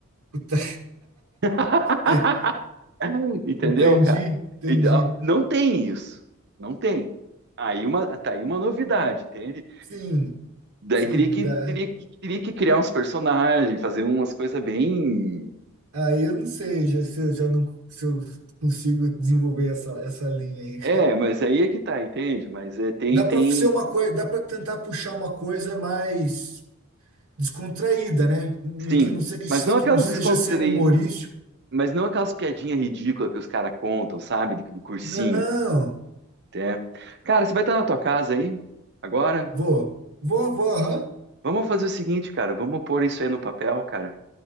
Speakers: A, on the right; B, on the right.
A: Puta,
B: <laughs>
A: <laughs>
B: Entendeu,
A: entendi,
B: cara?
A: entendi.
B: Então, não tem isso. Não tem. Aí uma, tá aí uma novidade, entende?
A: Sim,
B: Daí
A: sim,
B: teria que,
A: dá.
B: teria que, teria que criar uns personagens, fazer umas coisas bem.
A: Aí eu não sei já, se eu já não se eu consigo desenvolver essa, essa linha aí.
B: É, mas aí é que tá, entende? Mas é, tem,
A: Dá para
B: tem.
A: ser uma coisa, dá para tentar puxar uma coisa mais descontraída, né? N-
B: Sim.
A: Que não seja,
B: Mas não
A: que
B: aquelas
A: não seja
B: descontraí
A: ser humorístico.
B: Mas não aquelas piadinhas ridículas que os caras contam, sabe? De, de cursinho,
A: Não,
B: até. Cara, você vai estar na tua casa aí? Agora?
A: vou, vou, vou, aham.
B: Vamos fazer o seguinte, cara. Vamos pôr isso aí no papel, cara.